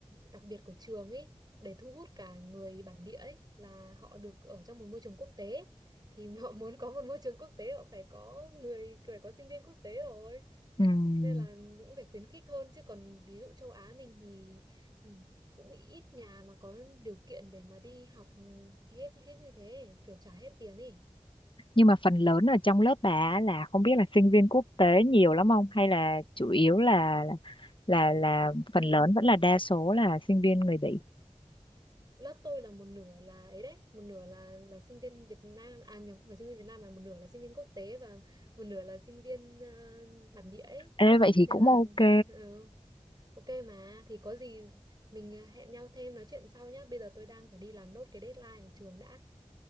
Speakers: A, on the right (about 35°); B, on the left (about 45°).
A: đặc biệt của trường ấy để thu hút cả người bản địa ấy là họ được ở trong một môi trường quốc tế thì <laughs> họ muốn có một môi trường quốc tế họ phải có người phải có sinh viên quốc tế rồi
B: Ừm,
A: nên là cũng phải khuyến khích hơn chứ còn ví dụ châu Á mình thì ừ, cũng ít nhà mà có điều kiện để mà đi học hết hết như thế kiểu trả hết tiền ấy
B: Nhưng mà phần lớn ở trong lớp bà á là không biết là sinh viên quốc tế nhiều lắm không hay là chủ yếu là là là
A: ừ
B: phần lớn vẫn là đa số là sinh viên người Bỉ
A: lớp tôi là một nửa là ấy đấy một nửa là là sinh viên Việt Nam à nhầm không phải sinh viên Việt Nam mà một nửa là sinh viên quốc tế và một nửa là sinh viên ờ, bản địa ấy
B: Ê, vậy thì
A: nên
B: cũng
A: là
B: ok
A: ừ, ok mà thì có gì mình ờ, hẹn nhau thêm nói chuyện sau nhá bây giờ tôi đang phải đi làm nốt cái deadline ở trường đã